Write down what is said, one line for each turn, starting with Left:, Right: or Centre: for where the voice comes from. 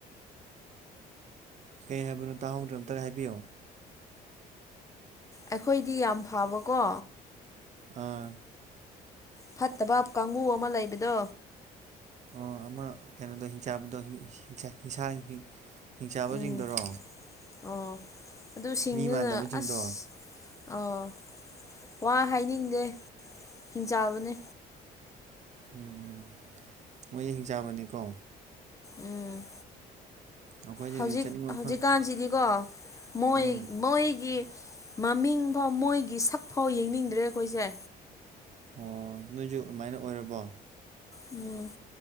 Right: ꯀꯩ ꯍꯥꯏꯕꯅꯣ ꯇꯥꯍꯧꯗ꯭ꯔ ꯑꯝꯇꯔ ꯍꯥꯏꯕꯤꯌꯣ
Left: ꯑꯩꯈꯣꯏꯗꯤ ꯌꯥꯝ ꯐꯕꯀꯣ
Right: ꯑꯥ
Left: ꯐꯠꯇꯕ ꯀꯥꯡꯕꯨ ꯑꯃ ꯂꯩꯕꯗꯣ
Right: ꯑꯣ ꯑꯃ ꯀꯩꯅꯣꯗꯣ ꯍꯤꯡꯆꯥꯥꯗꯣ ꯍꯤꯡꯁꯥ ꯍꯤꯡꯁꯥꯕꯁꯤꯡꯗꯨꯔꯣ
Left: ꯎꯝ ꯑꯣ ꯑꯗꯨ ꯁꯤꯡꯗꯨꯅ
Right: ꯃꯤ ꯃꯥꯟꯗꯕꯁꯤꯡꯗꯣ
Left: ꯑꯁ ꯑꯣ ꯋꯥ ꯍꯥꯏꯅꯤꯡꯗꯦ ꯍꯤꯡꯆꯥꯥꯕꯅꯦ
Right: ꯎꯝ ꯎꯝ ꯃꯣꯏꯁꯦ ꯍꯤꯡꯆꯥꯕꯅꯤꯀꯣ
Left: ꯎꯝ
Right: ꯑꯩꯈꯣꯏꯁꯨ
Left: ꯍꯧꯖꯤꯛ
Right: ꯆꯠꯅꯤꯡꯕ ꯃꯐꯝ
Left: ꯍꯧꯖꯤꯛꯀꯥꯟꯁꯤꯗꯤꯀꯣ ꯃꯣꯏ
Right: ꯎꯝ
Left: ꯃꯣꯏꯒꯤ ꯃꯃꯤꯡꯐꯥꯎ ꯃꯣꯏꯒꯤ ꯁꯛꯐꯥꯎ ꯌꯦꯡꯅꯤꯡꯗ꯭ꯔꯦ ꯑꯩꯈꯣꯏꯁꯦ
Right: ꯑꯣ ꯅꯣꯏꯁꯨ ꯑꯗꯨꯃꯥꯏꯅ ꯑꯣꯏꯔꯕꯣ
Left: ꯎꯝ